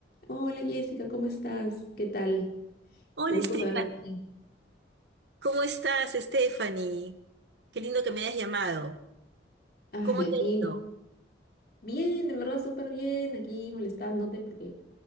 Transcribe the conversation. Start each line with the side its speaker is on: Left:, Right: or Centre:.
Left: Hola Jessica, ¿cómo estás? ¿Qué tal?
Right: Hola,
Left: Qué gusto
Right: Estefan.
Left: saber de ti.
Right: ¿Cómo estás, Stephanie? Qué lindo que me hayas llamado.
Left: Ay,
Right: ¿Cómo te
Left: aquí.
Right: ha ido?
Left: Bien, en verdad súper bien, aquí molestándote porque